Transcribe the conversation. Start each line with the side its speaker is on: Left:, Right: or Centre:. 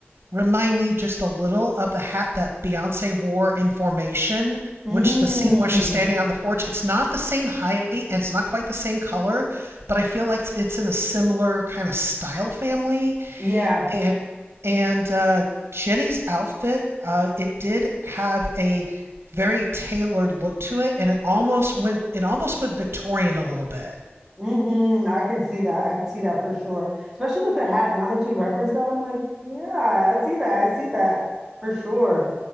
Right: remind me just a little of the hat that Beyonce wore in Formation
Centre: Mm,
Right: when she, the scene where she's standing on the porch. It's not the same height and it's not quite the same color, but I feel like it's, it's in a similar kind of style family.
Centre: yeah.
Right: And and uh, Jenny's outfit, uh, it did have a very tailored look to it, and it almost went it almost went Victorian a little bit.
Centre: hmm I could see that. I could see that for sure. Especially with the hat. Now that you referenced that, I'm like, yeah, I see that. I see that for sure.